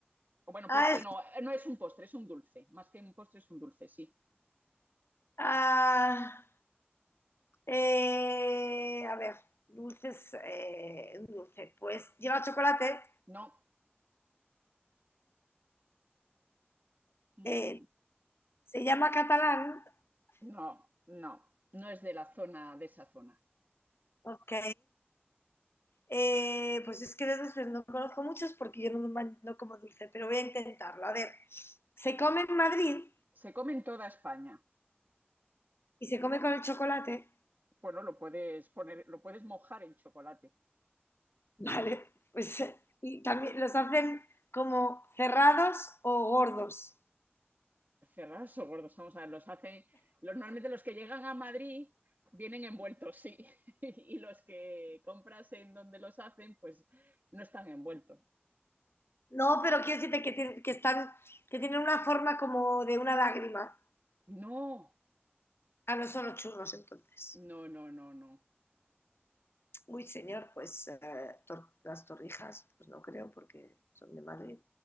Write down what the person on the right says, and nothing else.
O bueno,
postre
no, eh, no es un postre, es un dulce. Más que un postre es un dulce, sí.
No. Ujú.
No, no, no es de la zona, de esa zona.
Se come en toda España.
Bueno, lo puedes poner, lo puedes mojar en chocolate.
Cerrados o gordos, vamos a ver, los hacen. Normalmente los que llegan a Madrid vienen envueltos, sí. <laughs> y los que compras en donde los hacen, pues no están envueltos.
No,
no, no, no, no.